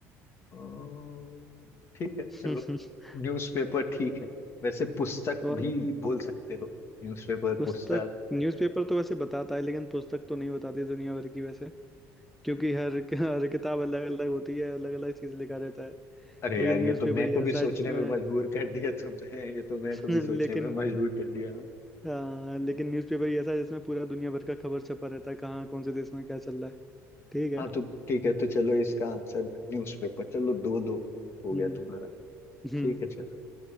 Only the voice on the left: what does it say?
अम्म, ठीक है
चलो न्यूज़पेपर ठीक है वैसे पुस्तक
भी बोल सकते हो न्यूज़पेपर
पुस्तक
अरे
यार ये
तो मैं
को भी
सोचने
में मजबूर कर दिया तुमने ये तो मैं
को भी सोचने
में मजबूर कर दिया हाँ
हाँ, तो ठीक है तो चलो इसका आंसर न्यूज़पेपर चलो दो दो अंक हो
गया तुम्हारा
ठीक है चलो